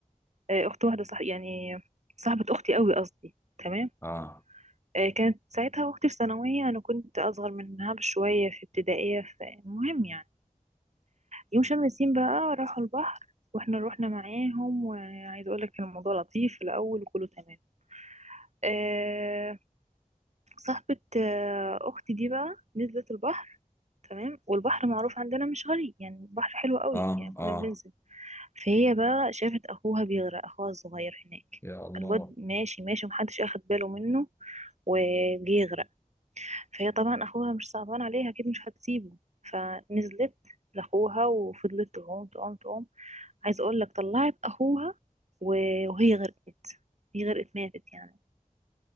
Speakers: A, on the right; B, on the left.
A: آه، أخت واحدة صاحب يعني صاحبة أختي قوي قصدي تمام
B: اه
A: آه، كانت ساعتها أختي في ثانوية أنا كنت أصغر منها بشوية في ابتدائية فالمهم يعني يوم شم النسيم بقى راحوا البحر واحنا روحنا معاهم وعايز اقول لك كان الموضوع لطيف في الاول وكله تمام أه صاحبة آه، اختي دي بقى نزلت البحر تمام والبحر معروف عندنا مش غالي يعني البحر حلو قوي
B: اه
A: يعني كنا
B: اه
A: بننزل فهي بقى شافت اخوها بيغرق اخوها الصغير هناك
B: يا الله
A: الواد ماشي ماشي ومحدش اخد باله منه وجه يغرق فهي طبعا اخوها مش صعبان عليها اكيد مش هتسيبه فنزلت لاخوها وفضلت تعوم تعوم تعوم عايز اقول لك طلعت اخوها و- وهي غرقت هي غرقت ماتت يعني